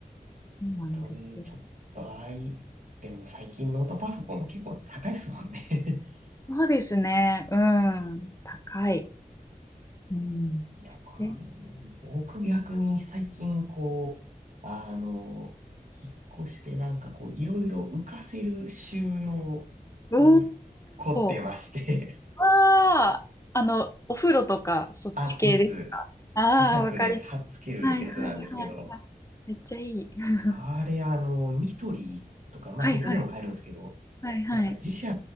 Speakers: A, on the left; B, on the right.
A: そうなんですよ。
B: 当にちょっとあい、でも最近ノートパソコンも結構高いですもんね。<laughs>
A: そうですね。うん。高い。うん。
B: だから、
A: え、
B: 僕逆に最近こう、あの、引っ越してなんかこう、いろいろ浮かせる収納に
A: お
B: 凝ってまして、
A: ー。ああ、あの、お風呂とか、
B: <laughs>
A: そっち系です。
B: あ、です。
A: ああ、
B: 磁石で貼っつけるやつなんですけど、
A: わかりますはいはいはいはい。めっちゃいい。<laughs>
B: あれあの、ニトリとか、まあネットでも買えるんですけど、
A: はいはい。はいはい。
B: なんか磁石